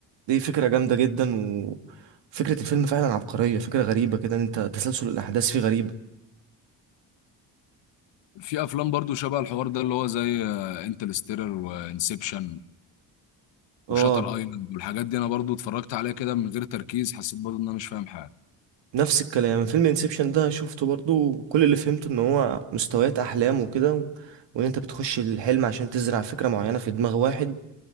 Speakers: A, on the right; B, on the left.
A: دي فكرة جامدة جدا وفكرة الفيلم فعلا عبقرية فكرة غريبة كده ان انت تسلسل الاحداث فيه غريب
B: في افلام برضو شبه الحوار ده اللي هو زي انترستيلر وانسبشن
A: اه
B: وشاتر ايلاند والحاجات دي انا برضو اتفرجت عليها كده من غير تركيز حسيت برضو ان انا مش فاهم حاجه
A: نفس الكلام فيلم انسبشن ده شفته برضو وكل اللي فهمته ان هو مستويات احلام وكده و... وان انت بتخش الحلم عشان تزرع فكرة معينة في دماغ واحد